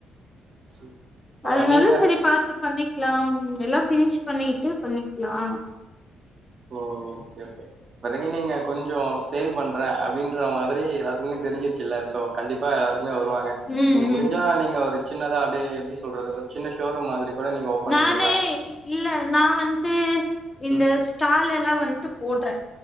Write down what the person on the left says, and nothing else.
அதனால
சரி பாத்து பண்ணி லாம் எல்லாம் பினிஷ் பண்ணிட்டு பண்ணிக்லாம்
ம்
ம்
நானே
இல்ல நா வந்து இந்த
ஸ்டால் எல்லாம் வந்துட்டு போடுறே